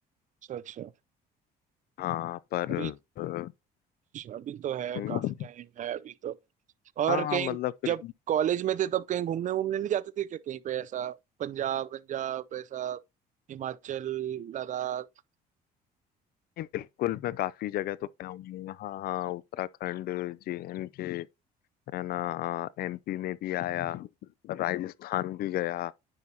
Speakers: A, on the right; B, on the left.
A: अच्छा अच्छा
B: हाँ पर
A: अभी
B: अ,
A: अभी तो है
B: हम्म,
A: काफी टाइम है अभी तो और
B: हाँ
A: कहीं
B: मतलब फिर
A: जब कॉलेज में थे तब कहीं घूमने वूमने नहीं जाते थे क्या कहीं पे ऐसा पंजाब पंजाब ऐसा हिमाचल लद्दाख
B: नहीं, बिल्कुल मैं काफी जगह तो गया हूँ हाँ हाँ उत्तराखंड जे एंड के है ना एमपी में भी आया <laughs> राजस्थान भी गया